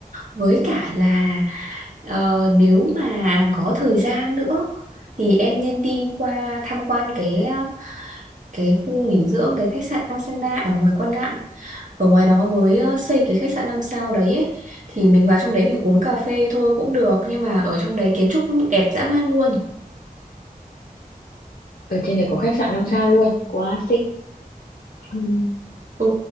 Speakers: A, on the right (about 55°); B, on the left (about 65°).
A: với cả là ờ, nếu mà có thời gian nữa thì em nên đi qua tham quan cái ờ, cái khu nghỉ dưỡng cái khách sạn Angsana ở ngoài Quan Lạn ở ngoài đó mới ờ, xây cái khách sạn 5 sao đấy ấy. Thì mình vào trong đấy mình uống cà phê thôi cũng được nhưng mà ở trong đấy kiến trúc đẹp dã man luôn
B: ở trên này có khách sạn năm sao luôn quá xịn
A: ừ,